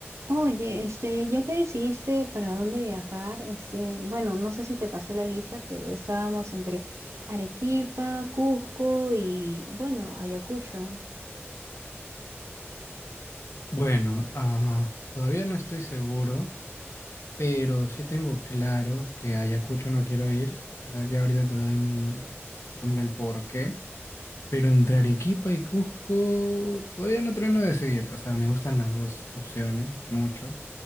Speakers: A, on the right; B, on the left.
A: Oye, este, ¿ya te decidiste para dónde viajar? Este, bueno, no sé si te pasé la lista, pero estábamos entre Arequipa, Cusco y, bueno, Ayacucho.
B: Bueno, ah, todavía no estoy seguro, pero sí tengo claro que a Ayacucho no quiero ir. Ah, ya ahorita te doy mi, como que el porqué. Pero entre Arequipa y Cusco todavía no termino de decidir. O sea, me gustan las dos opciones mucho.